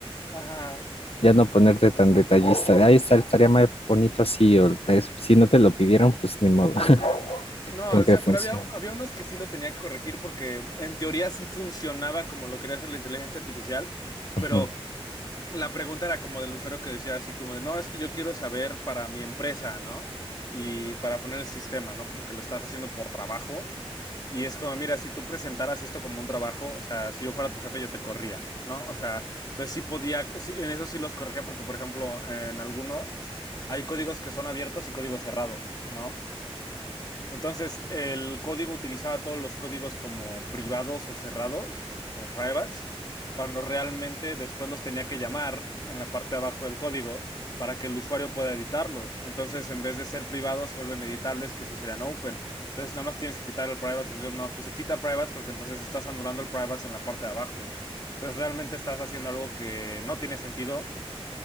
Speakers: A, on the left; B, on the left.
A: Ajá.
B: Ya no ponerte tan detallista. de, Ahí está, estaría más bonito así, o es- si no te lo pidieron, pues ni modo, <laughs>
A: No,
B: que aunque
A: o sea,
B: funcione.
A: pero había, había unos que sí lo tenía que corregir porque en teoría sí funcionaba como lo quería hacer la inteligencia artificial,
B: Ujú,
A: pero la pregunta era como del usuario que decía así como de, no, es que yo quiero saber para mi empresa, ¿no? Y para poner el sistema, ¿no? Como que lo estás haciendo por trabajo. Y es como, mira, si tú presentaras esto como un trabajo, o sea, si yo fuera tu jefe, yo te corría, ¿no? O sea, entonces sí podía, sí, en eso sí los corregía, porque, por ejemplo, en algunos hay códigos que son abiertos y códigos cerrados, ¿no? Entonces, el código utilizaba todos los códigos como privados o cerrados, como privates, cuando realmente después los tenía que llamar en la parte de abajo del código para que el usuario pueda editarlos. Entonces, en vez de ser privados, se vuelven editables, que eso serían open. Entonces, nada más tienes que quitar el privates. Entonces, yo nada más puse quita privates porque entonces estás anulando el privates en la parte de abajo. Entonces, realmente estás haciendo algo que no tiene sentido